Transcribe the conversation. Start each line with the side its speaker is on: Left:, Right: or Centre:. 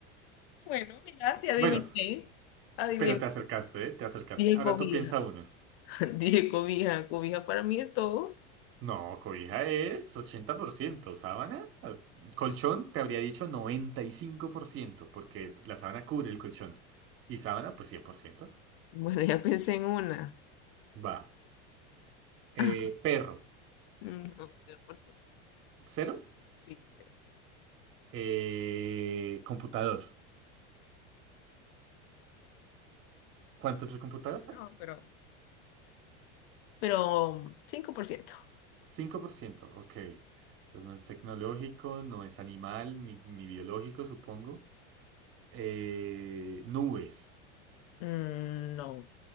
Left: Bueno, mira, si adiviné,
Right: Bueno,
Left: adiviné,
Right: pero te acercaste, ¿eh? Te acercaste.
Left: dije
Right: Ahora
Left: cobija.
Right: tú piensa uno.
Left: <laughs> Dije cobija, cobija para mí es todo.
Right: No, cobija es 80%, sábana, eh, colchón te habría dicho 95%, porque la sábana cubre el colchón. Y sábana, pues 100%.
Left: Bueno, ya pensé en una.
Right: Va. Eh,
Left: <laughs> Ah,
Right: perro,
Left: mm, no, 0%.
Right: cero.
Left: Sí, cero.
Right: Eh, computador, ¿cuánto es el computador?
Left: Relacionado, pero... Pero 5%.
Right: cinco por ciento, ok. Entonces no es tecnológico, no es animal, ni, ni biológico, supongo. Eh, nubes,
Left: Mm, no,